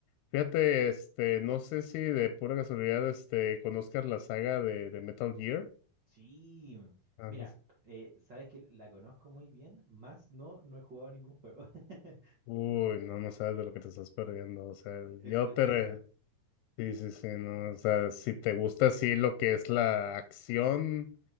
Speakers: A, on the left; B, on the right.
A: Fíjate, este, no sé si de pura casualidad, este, conozcas la saga de, de Metal Gear.
B: Sí,
A: Ajá.
B: mira, eh, sabes que la conozco muy bien, más no, no he jugado ningún juego. <laughs>
A: Uy, no, no sabes de lo que te estás perdiendo. O sea,
B: Es,
A: yo
B: es
A: te,
B: buenísima.
A: re- Sí, sí, sí, no, o sea, si te gusta así lo que es la acción,